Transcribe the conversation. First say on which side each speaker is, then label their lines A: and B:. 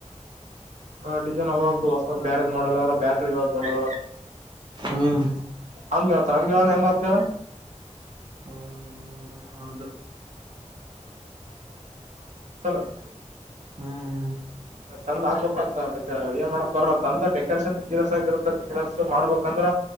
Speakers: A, on the right; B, on the right.
A: ಹ ಡಿಸೈನ್ ಅವಾಗ್ತ
B: ಹ್ಮ್
A: ಹೊಸ ಬೇರೆ ಮಾಡೆಲ್ ಅದ್ರ ಬ್ಯಾಟ್ರಿ ಇವಾಗ ಚಲೋ
B: ಹ್ಮ್
A: ಅಂಗ ಹೇಳ್ತರ ಹಂಗ್ ಹೇಳನ ಹೀಗೆ ಅಕ್ತಿರಾ
B: ಹ್ಮ ಹೌದು
A: <unintelligible>
B: ಹ್ಮ್
A: ಮತ್ ತಂದ್ ಹಾಕ್ಬೇಕ ಮತ್ತ ಏನ್ ಮಾಡಕ್ ಬರಲ್ಲ ತಂದ ಡೆಕೋರೇಷನ್ ಬಬಿಸಿನೆಸ್ ಆಗಿರತ್ತ ಬಿಸಿನೆಸ್ ಮಾಡ್ಬೇಕಂದ್ರ